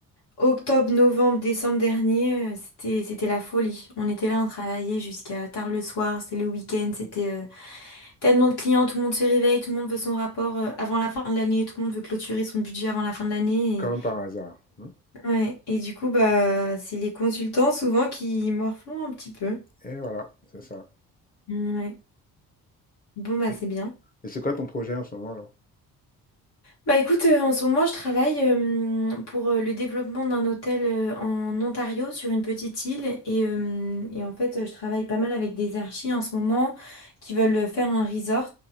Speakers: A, on the left (about 55°); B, on the left (about 20°).
A: Octobre, novembre, décembre dernier, euh, c'était, c'était la folie. On était là, on travaillait jusqu'à tard le soir, c'était le week-end, c'était euh, tellement de clients, tout le monde se réveille, tout le monde veut son rapport euh, avant la fin de l'année, tout le monde veut clôturer son budget avant la fin de l'année.
B: Comme par hasard. hein.
A: Et, ouais. Et du coup, bah, c'est les consultants souvent qui morflent un petit peu.
B: Et voilà, c'est ça.
A: Ouais. Bon, bah,
B: Et,
A: c'est bien.
B: et c'est quoi ton projet en ce moment, là?
A: Bah écoute, euh, en ce moment, je travaille euh, pour euh, le développement d'un hôtel euh, en Ontario sur une petite île et, euh, et en fait, euh, je travaille pas mal avec des archis en ce moment qui veulent euh, faire un resort,